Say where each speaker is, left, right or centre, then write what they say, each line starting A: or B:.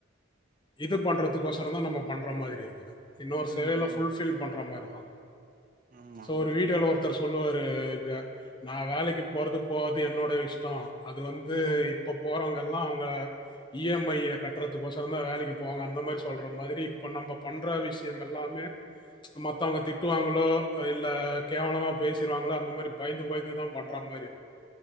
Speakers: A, on the left; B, on the right.
A: இது பண்றதுக்கோசரந்தா நம்ம பண்ற மாதிரி இருக்குது இன்னொரு செயல
B: ம்ஹ்ம்
A: ஃபுல்ஃபில் பண்ற மாரி ஆ
B: ஆமா
A: சோ
B: ஆமா
A: ஒரு வீடல ஒருத்தர் சொல்லுவாருங்க நா வேலைக்கி போறது போவாது என்னோட இஷ்டோம் அது வந்து
B: ம்
A: இப்ப போறோங்கல் லாம் அவங்க இ எம் ஐ ய கட்றதுக் கோசுரதா வேலைக் போவாங்க அந்த மாரி சொல்ற மாரி இப்ப பண்ற விஷியம் எல்லாமே மத்தவங்க திட்டுவாங்களோ இல்ல கேவலமா பேசிறுவாங்களோ அந்த மாரி பயந்து பயந்து தான் பண்ற மாரி